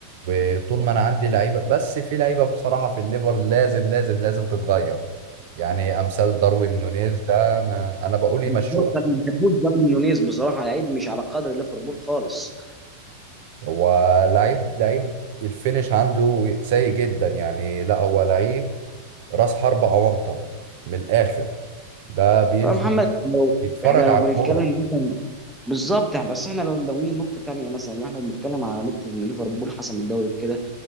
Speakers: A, on the right (about 50°); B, in the centre.
A: وطول ما انا عندي لعيبه بس في لعيبه بصراحه في الليفر لازم لازم لازم تتغير يعني امثال داروين نونيز ده ما انا بقول
B: بالظبط
A: يمشوه
B: انا ما بحبوش داروين نونيز بصراحه لعيب مش على قدر ليفربول خالص
A: هو لعيب لعيب الفينش عنده سيء جدا يعني لا هو لعيب راس حربة اونطه من الاخر ده بينزل
B: طب يا محمد لو
A: بيتفرج
B: احنا لو
A: على
B: بنتكلم
A: الكوره
B: بالظبط يعني بس احنا لو ناويين نقطة تانية مثلا اللي احنا بنتكلم على نقطة ان ليفربول حسم الدوري كده